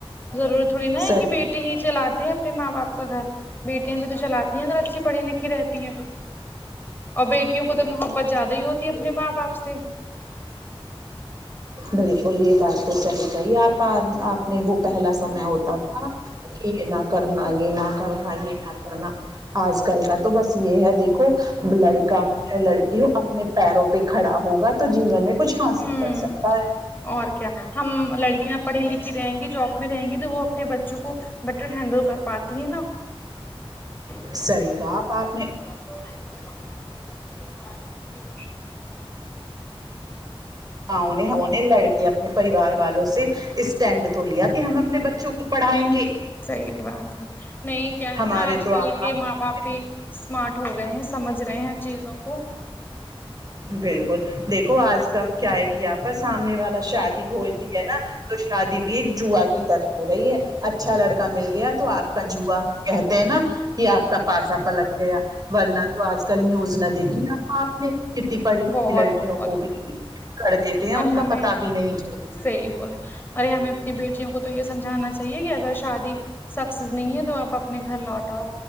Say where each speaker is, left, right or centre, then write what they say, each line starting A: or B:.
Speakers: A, on the left (about 20°); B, on the right (about 40°).
A: ضرورت
B: صحیح
A: بیٹے ہی چلاتے ہیں اپنے ماں باپ کا گھر بیٹیاں بھی تو چلاتی ہیں اگر اچھی پڑھی لکھی رہتی ہیں تو اور بیٹیوں کو تو محبت زیادہ ہی ہوتی ہے اپنے ماں باپ سے
B: بالکل یہ بات تو صحیح کہیں آپا آپ اپنے وہ پہلا سمے ہوتا تھا کہ یہ نہ کرنا یہ نہ کرنا یہ نہ کرنا آج کل کا تو بس یہ ہے دیکھو لڑکا چاہے لڑکی ہو اپنے پیروں پہ کھڑا ہوگا تو جیون میں کچھ حاصل
A: ہوں
B: کر سکتا ہے
A: اور کیا ہم لڑکیاں پڑھی لکھی رہیں گی جاب میں رہیں گی تو وہ اپنے بچوں کو بٹر ہینڈل کر پاتی ہیں نا <unintelligible>
B: صحیح کہا آپ آپ نے ہاں انے انے لڑک اپنے پریوار والوں سے اسٹینڈ تو لیا کہ ہم اپنے بچوں کو پڑھائیں گے
A: صحیح بات ہے نہیں کیا
B: ہمارے
A: ہے نا آج
B: تو
A: کل
B: آپا
A: کے ماں باپ بھی اسمارٹ ہو گئے ہیں سمجھ رہے ہیں چیزوں کو
B: بالکل دیکھو آج کل کیا ہے کہ آ پا سامنے والا شادی ہوے ٹھیک ہے نا تو شادی بھی ایک جوہ کی طرح ہو رہی ہے اچھا لڑکا مل گیا تو آپ کا جوہ کہتے ہیں نا کہ آپ کا پاسا پلٹ گیا ورنہ تو آج کل نیوز نہ دیکھی اپ نے کتی پڑھی لکھی
A: بہت
B: لڑکیوں
A: بہت
B: کو بھی کر دیتے ہیں
A: اور
B: ان کا
A: ہمیں
B: پتا بھی نہیں چل
A: صحیح بول رہے ہیں ارے ہمیں اپنی بیٹیوں کو تو یہ سمجھانا چا حی ہے کہ اگر شادی سکسیز نہیں ہے تو آپ اپنے گھر لوٹ آو